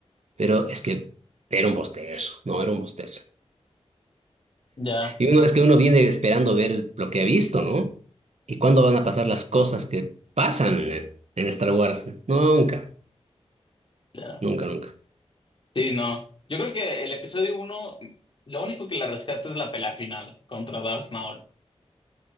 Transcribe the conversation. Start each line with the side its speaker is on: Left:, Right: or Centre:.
Right: Pero es que era un bostezo, no era un bostezo.
Left: ya,
Right: Y uno, es que uno viene esperando ver lo que ha visto, ¿no? ¿Y cuándo van a pasar las cosas que pasan en en Star Wars? Nunca,
Left: ya.
Right: nunca, nunca.
Left: Sí, no. Yo creo que el episodio uno, lo único que la rescata es la pelea final contra Darth Maul.